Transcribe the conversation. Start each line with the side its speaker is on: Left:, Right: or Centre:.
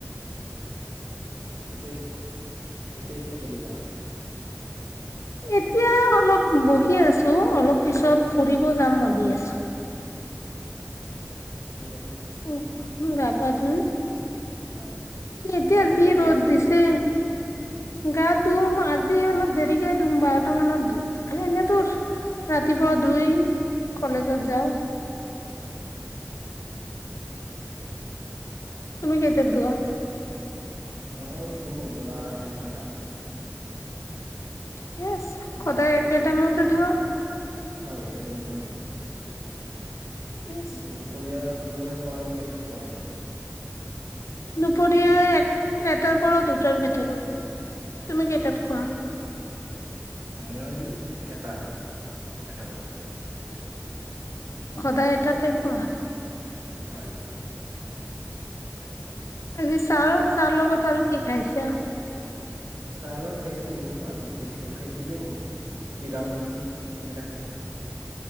Right: এতিয়া এতিয়া কি কৰিবা
Left: এতিয়া অলপ বহি আছো অলপ পিছত ফুৰিব যাম ভাবি আছো
Right: অ ঠিকেই আছে
Left: উ গা পা ধুই
Right: হয়
Left: এতিয়া
Right: গা কেইটাত
Left: যি ৰোধ
Right: ধোৱা
Left: দিছে গা ধুম আজি অলপ দেৰিকে ধুম বাৰটা মানত দুম স এনেই তোৰ
Right: উম,
Left: ৰাতিপুৱা ধুই কলেজত যাওঁ
Right: হয়
Left: তুমি কেইতিয়া দোৱা?
Right: মই দৌৰো, ধৰা এঘাৰটাত।
Left: ঠিকে আছে। সদায় একেটাইমতে ধোৱা?
Right: হ'য়। একে টাইমতে ন'।
Left: য়েছ
Right: আৰু দুপৰীয়া দুপৰীয়া খোৱাটো কেইটাত খোৱা?
Left: দুপৰীয়া এক এটাৰ পৰা দুটাৰ ভিতৰত। তুমি কেইটাত খোৱা?
Right: মই এটাত, এটা বজাত।
Left: সদায় এটাতে খোৱা?
Right: হ'য়।
Left: আজি চাহ, চাহ লগত আৰু কি খাইছা?
Right: চাৰ খাইছু তোমা, বিস্কুট খাইছিলু চিৰা মুৰি এইবিলাকেই।